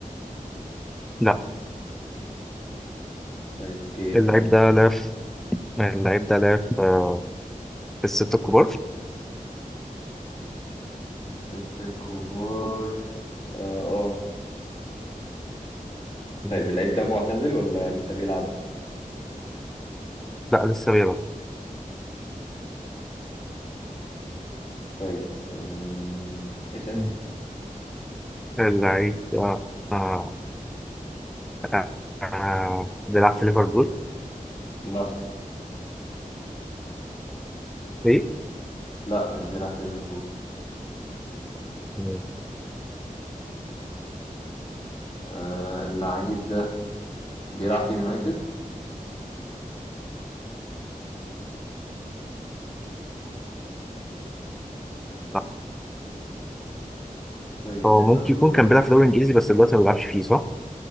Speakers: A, in the centre; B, on the left.
A: لا
B: طيب أوكي اسأل
A: اللعيب
B: أنت
A: ده لاعب في- اللعيب ده لاعب في آه، في الستة الكبار
B: ستة كبار اه آه.
A: تمام.
B: طيب اللعيب ده معتزل ولا لسه بيلعب
A: لا لسه بيلعب
B: طيب أم... اسأل أنت
A: مم. اللعيب ده آه، آه، آه، بيلعب في ليفربول
B: لا
A: ايه
B: لا مش بيلعب في ليفربول
A: تمام.
B: آه اللعيب ده بيلعب في يونايتد
A: لا
B: طيب
A: هو
B: اسأل
A: ممكن
B: دورك
A: يكون كان بيلعب في دوري انجليزي بس دلوقتي ما بيلعبش فيه صح؟